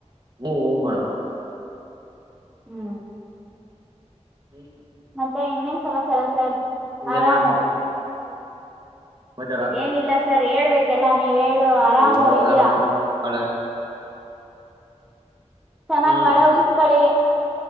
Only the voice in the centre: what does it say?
ಹ್ಮ್
ಮ ಎನ್ನೇನ್ ಸಮಾಚಾರ ಸರ್
ಆರಾಮು
ಏನಿಲ್ಲ ಸರ್ ಹೇಳ್ಬೇಕೆಲ್ಲ ನೀವ ಹೇಳು ಆರಾಮು
ಇದ್ದೀರಾ
ಚೆನ್ನಾಗ್
ಮಳೆ ಉಯಸ್ಕಳಿ